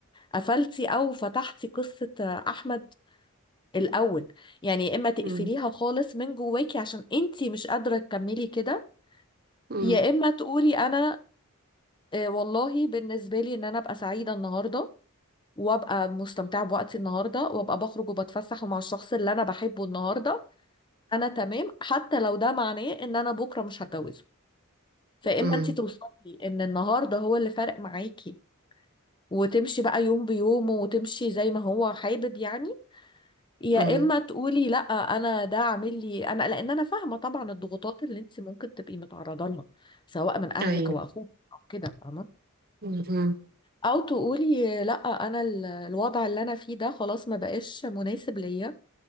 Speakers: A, on the left; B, on the right.
A: قفلتي او فتحتي قصة احمد الاول يعني يا اما تقفليها
B: امم
A: خالص من جواكي عشان انتي مش قادرة تكملي كده
B: امم
A: يا اما تقولي انا آه، والله بالنسبة لي ان انا ابقى سعيدة النهاردة وابقى مستمتعه بوقتي النهارده وابقى بخرج وبتفسح ومع الشخص اللي انا بحبه النهارده انا تمام حتى لو ده معناه ان انا بكره مش هتجوزه فاما
B: امم
A: انت توصلي ان النهارده هو اللي فارق معاكي وتمشي بقى يوم بيومه وتمشي زي ما هو حابب يعني يا
B: امم
A: اما تقولي لا انا ده عامل لي انا لان انا فاهمه طبعا الضغوطات اللي انت ممكن تبقي متعرضه لها سواء من اهلك
B: ايوه
A: او اخوك او كده فاهمه
B: امم
A: او تقولي لا انا ال- الوضع اللي انا فيه ده خلاص ما بقاش مناسب ليا